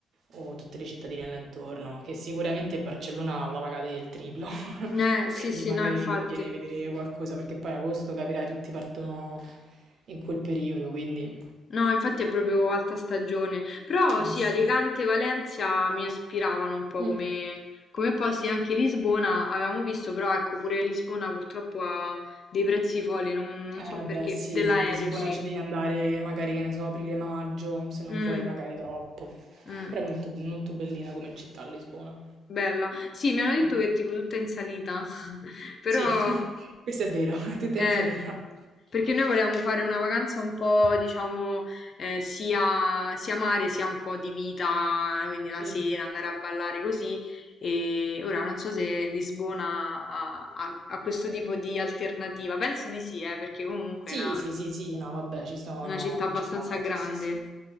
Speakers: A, on the right; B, on the left.
A: o tutte le cittadine là intorno, che sicuramente Barcellona la pagate il triplo, <laughs>
B: Eh, sì,
A: quindi
B: sì,
A: magari
B: no, infatti.
A: vi conviene vedere qualcosa, perché poi agosto capirai, tutti partono in quel periodo, quindi...
B: No, infatti è proprio alta stagione. Però
A: Ah
B: sì,
A: sì.
B: Alicante e Valencia mi ispiravano un po'
A: Mm.
B: come, come posti, anche Lisbona avevamo visto, però ecco, pure Lisbona purtroppo ha dei prezzi folli, non, non
A: Eh
B: so perché,
A: beh sì,
B: dell'aereo,
A: Lisbona
B: sì.
A: ci devi andare magari, che ne so, aprile-maggio, se non
B: Mm,
A: vuoi pagare troppo,
B: mm.
A: però è molto, molto bellina come città Lisbona.
B: Bella. Sì, mi hanno detto
A: Mm.
B: che è tipo tutta in salita, <laughs> però
A: Sì, <laughs> questo è vero, <laughs> è tutta
B: eh,
A: in salita.
B: perché noi volevamo fare una vacanza un po', diciamo, eh, sia, sia mare sia un po' di vita, quindi la
A: Mm.
B: sera andare a ballare così. E ora non so se Lisbona ha, ha- ha questo tipo di alternativa. Penso di sì, eh, perché comunque
A: Sì,
B: è una,
A: sì, sì, sì, no, vabbè, ci sono,
B: una città abbastanza
A: ci sono,
B: grande.
A: sì, sì, sì.